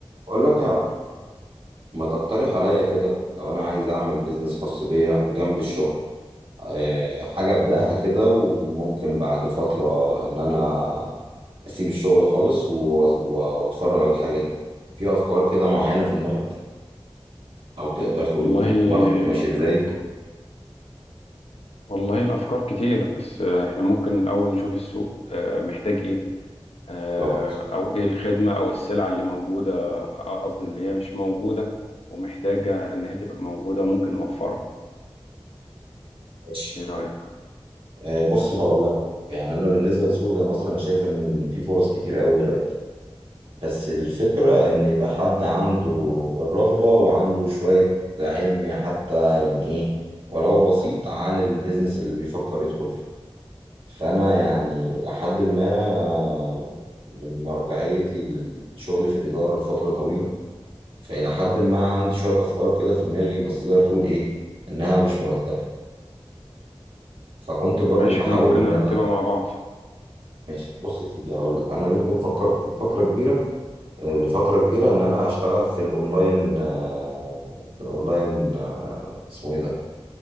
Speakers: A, on the right; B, on the left.
A: بقول لك يا عبد ما تقترح عليا كده لو انا عايز اعمل بيزنس خاص بيا جنب الشغل أه حاجة ابدأها كده وممكن بعد فترة ان انا اسيب الشغل خالص و- و- واتفرغ للحاجة دي في افكار كده معينة في دماغك او تقدر تقول
B: والله
A: لي الماركت ماشي ازاي
B: والله الأفكار كتير بس آه، إحنا ممكن الأول نشوف السوق آه، محتاج إيه آه،
A: بالظبط
B: أو إيه الخدمة أو السلعة اللي موجودة آه، قصدي اللي هي مش موجودة ومحتاجة إن هي تبقى موجودة وممكن نوفرها
A: ماشي
B: إيه رأيك؟
A: أه بص هقول لك على حاجة. يعني انا بالنسبة لسوق زي مصر انا شايف ان في فرص كتير قوي دلوقتي بس الفكرة إن يبقى حد عنده الرغبة وعنده شوية علم حتى يعني إيه ولو بسيط عن البيزنس اللي بيفكر يدخل فيه فأنا يعني إلى حد ما من مرجعيتي للشغل في الإدارة لفترة طويلة فإلى حد ما عندي شوية أفكار كده في دماغي بس تقدر تقول إيه إنها مش مرتبة فكنت برضو
B: طب ماشي
A: بحاول
B: إحنا ممكن
A: إن
B: نرتبها
A: أنا
B: مع بعض
A: ماشي بص يا سيدي هقول لك أنا يمكن فكرت في فترة كبيرة آه، لفترة كبيرة إن أنا أشتغل في الأونلاين آه، في الأونلاين آه، اسمه إيه ده؟